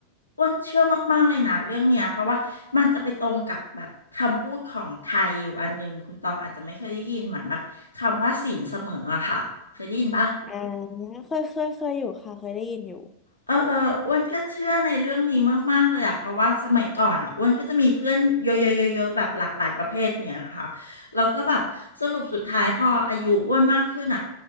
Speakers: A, on the left; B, on the left.
A: อ้วนเชื่อมากๆเลยนะเรื่องเนี้ยเพราะว่ามันจะไปตรงกับแบบคำพูดของไทยอยู่อันหนึ่ง คุณตองอาจจะไม่เคยได้ยินเหมือนแบบคำว่าศีลเสมออะค่ะ เคยได้ยินปะ
B: อ่าเคยเคยเคยอยู่ค่ะเคยได้ยินอยู่
A: เอออ้วนก็เชื่อในเรื่องนี้มากๆเลยอ่ะเพราะว่าสมัยก่อนอ่ะอ้วนก็จะมีเพื่อนเยอะๆๆๆแบบหลากหลายประเภทเนี่ยนะคะแล้วก็แบบสรุปสุดท้ายพออายุอ้วนมากขึ้นอ่ะ